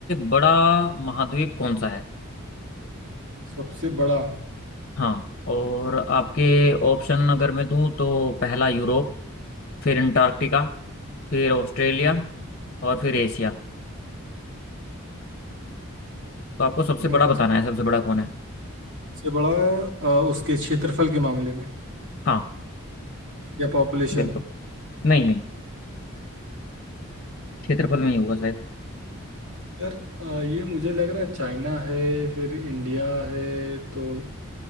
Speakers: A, on the left; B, on the right.
A: बड़ा महाद्वीप कौन सा है
B: सबसे बड़ा
A: हाँ और आपके ऑप्शन अगर मैं दूं तो पहला यूरोप फिर अंटार्कटिका फिर ऑस्ट्रेलिया
B: ओके
A: और फिर एशिया तो आपको सबसे
B: अ,
A: बड़ा बताना है सबसे बड़ा कौन है
B: सबसे बड़ा अ, उसके क्षेत्रफल के मामले में
A: हाँ
B: या पॉपुलेशन
A: बिल्कुल नहीं नहीं क्षेत्रफल में ही होगा शायद
B: यार अ, ये मुझे लग रहा है चाइना है फिर इंडिया है तो